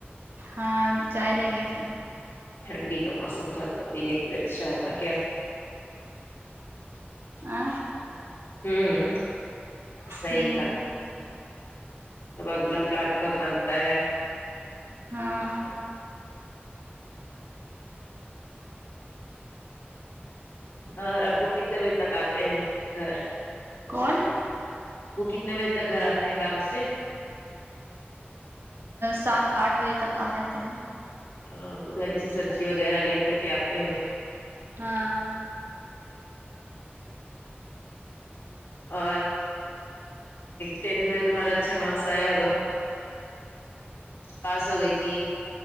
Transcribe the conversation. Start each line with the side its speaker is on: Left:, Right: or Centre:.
Right: ہاں چائے لے گئے تھے
Left: ٹھنڈی کا موسم تھا تو پینے کے لیے اچھا ہوتا کیا
Right: آ
Left: ہوں صحیح
Right: ہوں
Left: تھا اب اگلا پلان کب بنتا ہے
Right: ہاں
Left: اور ابو کتے بجے تک آتے ہیں گھر
Right: کون
Left: وہ کتنے بجے تک گھر آتے ہیں کام سے
Right: سات آٹھ بجے تک آ جاتے ہیں
Left: ہاں تو ادھر ہی سے سبزی وغیرہ لے کر کے آتے ہوں گے
Right: ہاں
Left: اور ٹینتھ میں تمہارا اچھا مارکس آیا ہوگا پاس ہو گئی تھی